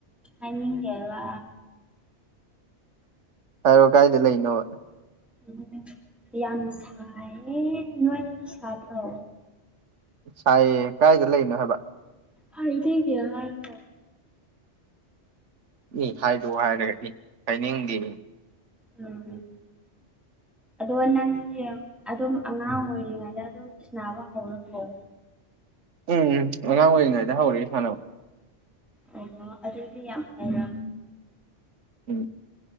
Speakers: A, in the centre; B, on the right (about 75°).
A: ꯍꯥꯏꯅꯤꯡꯗꯦꯕꯥ
B: ꯍꯥꯏꯔꯣ ꯀꯥꯏꯗ ꯂꯩꯅꯣꯕ
A: ꯑꯗꯨꯅ‌ꯦ ꯌꯥꯝ ꯁꯥꯏꯌꯦ ꯅꯣꯏꯗꯗꯤ ꯁꯥꯥꯗ꯭ꯔꯣ
B: ꯁꯥꯏꯌꯦ ꯀꯥꯏꯗ ꯂꯩꯅꯣ ꯍꯥꯏꯕ
A: ꯍꯥꯏꯅꯤꯡꯗ‌ꯦ ꯍꯥꯏꯔꯒ
B: ꯏ ꯍꯥꯏꯔꯛꯑꯣ ꯍꯥꯏꯔꯒ ꯏ ꯍꯥꯏꯅꯤꯡꯗꯦꯌꯦ
A: ꯎꯝ ꯑꯗꯣ ꯅꯪꯗꯤ ꯑꯗꯨꯝ ꯑꯉꯥꯡ ꯑꯣꯏꯔꯤꯉꯩꯗ ꯑꯗꯨꯝ ꯁꯥꯟꯅꯕ ꯍꯧꯔꯕ‌ꯣ
B: ꯎꯝ ꯑꯉꯥꯡ ꯑꯣꯏꯔꯤꯉꯩꯗ ꯍꯧꯔꯛꯑꯦ ꯁꯥꯟꯅꯕ
A: ꯑꯣ ꯑꯗꯨꯗꯤ ꯌꯥꯝ ꯐꯩꯅ
B: ꯎꯝ